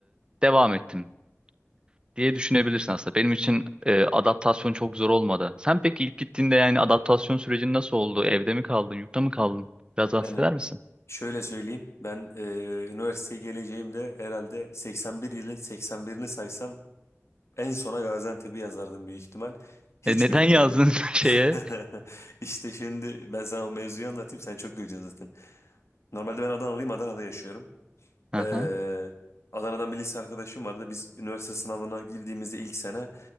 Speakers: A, on the right; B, on the left.
A: devam ettim diye düşünebilirsin aslında. Benim için e, adaptasyon çok zor olmadı. Sen peki ilk gittiğinde yani adaptasyon sürecin nasıl oldu? Evde mi kaldın, yurtta mı kaldın? Biraz bahseder
B: Yani
A: misin?
B: şöyle söyleyeyim ben e, üniversiteye geleceğimde herhalde 81 yılın 81'ini saysam en sona Gaziantep'i yazardım büyük ihtimal. Hiç
A: E, neden
B: beklemiyordum.
A: yazdın <laughs> şeye?
B: <laughs> İşte şimdi ben sana o mevzuyu anlatayım sen çok güleceksin zaten. Normalde ben Adanalıyım. Adana'da yaşıyorum.
A: Aha.
B: Ee, Adana'dan bir lise arkadaşım vardı. Biz üniversite sınavına girdiğimizde ilk sene